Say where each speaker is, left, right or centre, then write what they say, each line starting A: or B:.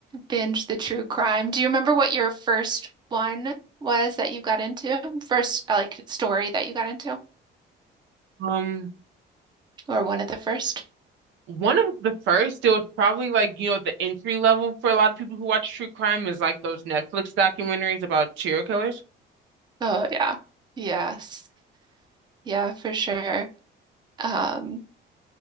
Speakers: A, on the right; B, on the right.
A: binge the true crime. Do you remember what your first one was that you got into? First, uh, like story that you got into,
B: Um,
A: or one of the first?
B: one of the first, it was probably like you know the entry level for a lot of people who watch true crime is like those Netflix documentaries about serial killers.
A: Oh yeah, yes, yeah, for sure. Um,